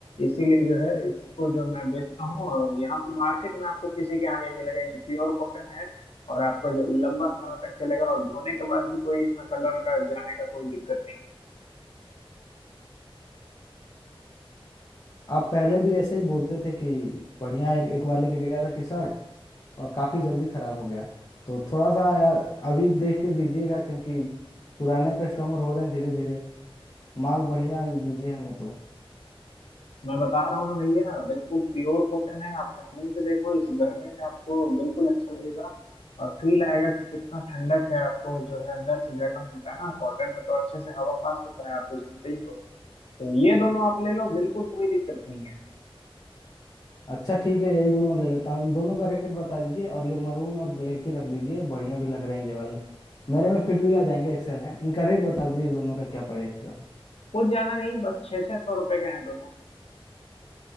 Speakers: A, on the left; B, on the left.
A: इसीलिए जो है इसको जो मैं बेचता हूँ और यहाँ पे मार्केट में आपको किसी के यहाँ नहीं मिलेगा ये प्योर कॉटन है और आपका जो लंबा समय तक चलेगा और धोने के बाद भी कोई इसमें कलर का जाने का कोई दिक्कत नहीं
B: आप पहले भी ऐसे ही बोलते थे कि बढ़िया एक, एक बार लेके गया था टी शर्ट और काफी जल्दी खराब हो गया तो थोड़ा सा यार अभी देख के दीजिएगा क्योंकि पुराने कस्टमर हो रहे हैं धीरे धीरे माल बढ़िया ही दीजिए हमें तो
A: मैं बता रहा हूँ ना भैया बिल्कुल प्योर कॉटन है आप पहन के देखो इस गर्मी में आपको बिल्कुल अच्छा लगेगा और फील आएगा कि कितना ठंडक है आपको जो है अंदर से जगह मिलता है ना कॉटन में तो अच्छे से हवा पास होता है आप तो जानते ही हो तो ये दोनों आप ले लो बिल्कुल कोई दिक्कत नहीं है
B: अच्छा ठीक है यही दोनों ले लेता हूँ इन दोनों का रेट बता दीजिए और ये मरून और ब्लैक ही रख दीजिए बढ़िया भी लग रहे हैं ये वाले मेरे में फिट भी आ जाएंगे एक्सेल हैं इनका रेट बता दीजिए दोनों का क्या पड़ेगा
A: कुछ ज्यादा नहीं बस छः छः सौ रुपए के हैं दोनों